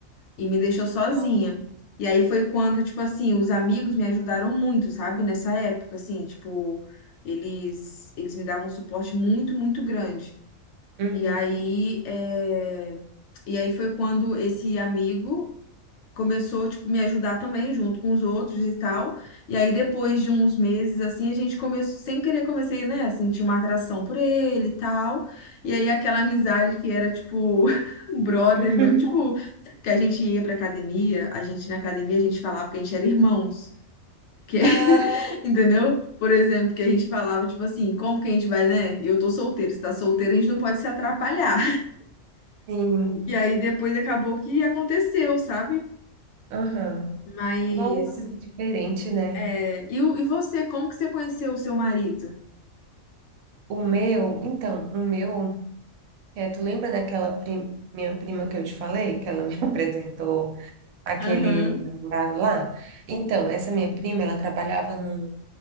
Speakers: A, on the left; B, on the right.
A: e me deixou sozinha.
B: Nossa.
A: E aí foi quando, tipo assim, os amigos me ajudaram muito, sabe? Nessa época, assim, tipo, eles eles me davam um suporte muito, muito grande.
B: Uhum.
A: E aí, é, e aí foi quando esse amigo começou, tipo, me ajudar também, junto com os outros e tal. E aí, depois de uns meses, assim, a gente começou, sem querer, comecei, né, a sentir uma atração por ele e tal. E aí, aquela amizade que era, tipo, <laughs> um brother
B: Uhum.
A: meu, tipo,
B: <laughs>
A: que a gente ia pra academia, a gente na academia, a gente falava que a gente era irmãos. Que... <laughs>
B: Ah,
A: Entendeu? Por exemplo, que a gente falava, tipo assim, como que a gente vai, né? Eu tô solteiro, se tá solteiro, a gente não pode se atrapalhar.
B: sim.
A: E aí depois acabou que aconteceu, sabe?
B: Aham.
A: Mas
B: Nossa, que diferente, né?
A: É, e, o- e você, como que você conheceu o seu marido?
B: O meu, então, o meu, é, tu lembra daquela pri- minha prima que eu te falei, que ela me <laughs> apresentou aquele
A: Aham.
B: namorado lá? Então, essa minha prima, ela trabalhava no,